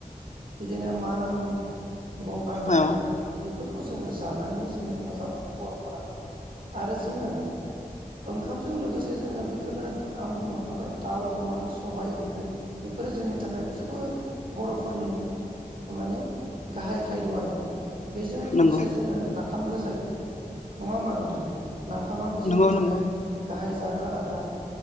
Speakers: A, on the right (about 75°); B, on the left (about 55°).
A: बिदिनो माना मुनि गंगार दन्दिया
B: औ
A: बे फोरखौ जोङो जानानै जोङो मोजां मोनो बरफोरा आरो जोङो ओंखामजों लोगोसे जोङो बेखौनो आं बुंलांखाबाय दाउ अमा सबाय ओंख्रि बेफोरो जोंनि थाखाय जोबोर बरफोरनि माने गाहाय खायद आरो बेजों लोगोसे
B: नंगौ
A: जोङो ना फामबो जायो नङा होम्बा नोंथां नाफामाबो जोंनि
B: नंगौ
A: थाखाय
B: नंगौ
A: गाहाय जा ग्रा आदार